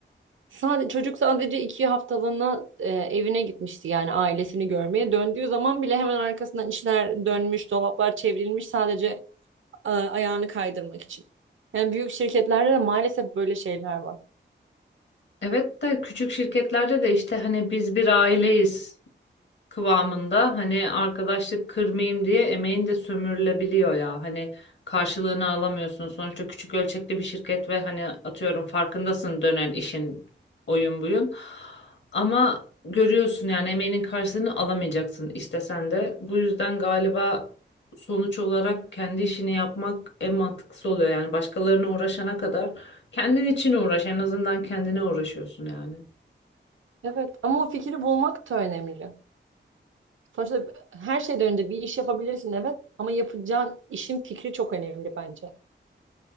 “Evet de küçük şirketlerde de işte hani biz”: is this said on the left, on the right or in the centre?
Left